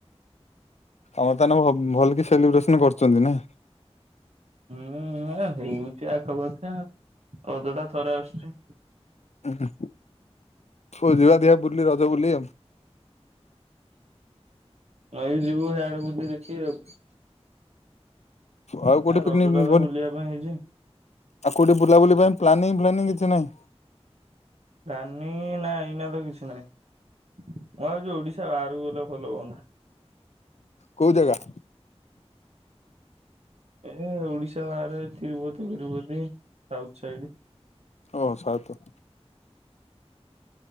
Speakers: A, on the left; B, on the right.
A: ଅଳତା ନ ଭଲକି ସେଲିବ୍ରେଶନ କରୁଛନ୍ତି ନା।
B: ହୁଁ ବୁଲୁଚି ଆଖପଖ ରଜ ଟା ଥରେ ଆସୁଛି।
A: ଓ ହଁ। କୁଆ ଯିବା ବୁଲି ରଜ ବୋଲିୁଲି ଆ
B: ରହିଯିବୁ ଇଆଡେ ବୋଧେ ି ଦେଖି ଦବୁ।
A: ଆଉ କୋଉଠି
B: ଆ
A: ପିକନିକ
B: ରଜ ଟା ତ
A: କୋଉଠି
B: ବୁଲିବା ପାଇଁ ହେଇଛି।
A: ଆଉ କୋଉଠି ବୁଲାବୁଲି ପାଇଁ ପ୍ଲାନିଂ ଫ୍ଲାନିଂ କିଛି ନାହିଁ।
B: ପ୍ଲାନିଙ୍ଗ ନାହିଁ ଏଇନା ତ କିଛି ନହିଁ। ମୁଁ ଭାବୁଛି ଓଡିଶା ବାହାରକୁ ଗଲେ ଭଲ ହଁତ
A: କୋଉ ଜାଗା?
B: ଏ ଓଡିଶା ବାହାରେ ତିରୁପତି ଫିରୁପତି ସାଉଥ ସାଇଡ।
A: ଓ ସାଉଥ।